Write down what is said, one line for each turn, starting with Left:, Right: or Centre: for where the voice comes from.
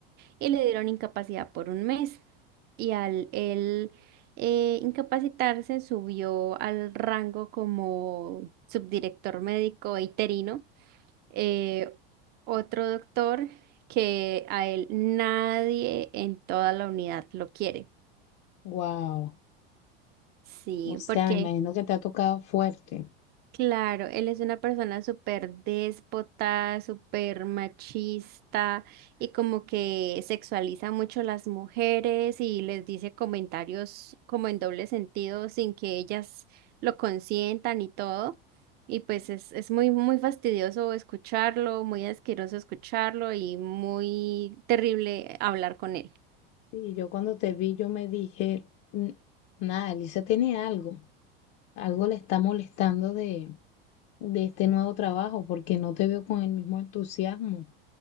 Right: y le dieron incapacidad por un mes. Y al él eh, incapacitarse subió al rango como subdirector médico interino eh, otro doctor que a él nadie en toda la unidad lo quiere.
Left: Wow.
Right: Sí,
Left: O sea,
Right: porque...
Left: me imagino que te ha tocado fuerte.
Right: Claro, él es una persona súper déspota, súper machista y como que sexualiza mucho las mujeres y les dice comentarios como en doble sentido sin que ellas lo consientan y todo. Y pues es, es muy, muy fastidioso escucharlo, muy asqueroso escucharlo y muy terrible hablar con él.
Left: Y yo cuando te vi, yo me dije, "N- nada, Elisa tiene algo, algo le está molestando de, de este nuevo trabajo, porque no te veo con el mismo entusiasmo.